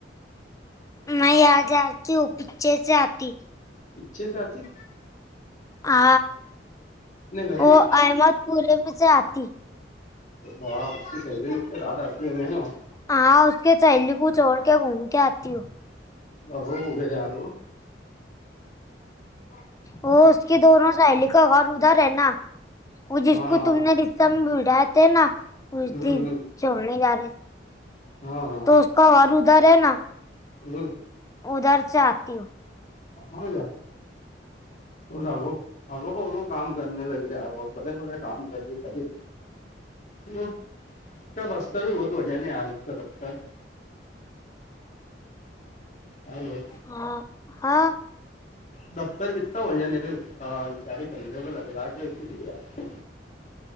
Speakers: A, on the left (about 20°); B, on the left (about 45°).
A: नाही आजची उपेचेेच आती
B: इच्छेच अतच
A: हा
B: घर
A: व
B: के
A: अहमदपुरेच आती
B: बाची सेली लुकते रा आती आहे म ना
A: हा उक सैली प चोड के घुम के आती हो
B: हो ग याार ह
A: वो उसकी दोनो सहेली का घर उधर है ना
B: हाँ
A: जिको तुमने
B: हाँ
A: स बडा ते ना उ
B: हम्म
A: दिन ोडणे जा रे
B: हो हो
A: तो व्हिसाका वर उधर आहे ना
B: हम्म
A: उदरच्या आ त
B: ह का हो जाग अ काम कर लगेारो बडे बडे काम करे खली. ह स रस्ता बत वजाने याारत दफतर हॅलो
A: ह हा
B: दफ्तर किता वजे बिचारी बधे पे लटका केती गुजात